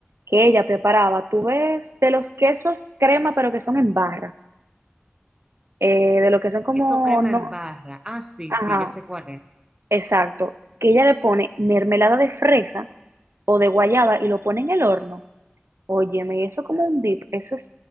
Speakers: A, on the right (about 80°); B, on the right (about 20°).
A: que ella preparaba, tú ves, de los quesos crema, pero que son en barra, eh, de lo que son como,
B: Eso crema
A: no,
B: en barra. Ah, sí,
A: ajá.
B: sí, ya sé cuál es.
A: exacto, que ella le pone mermelada de fresa o de guayaba y lo pone en el horno. Óyeme, eso como un dip, eso es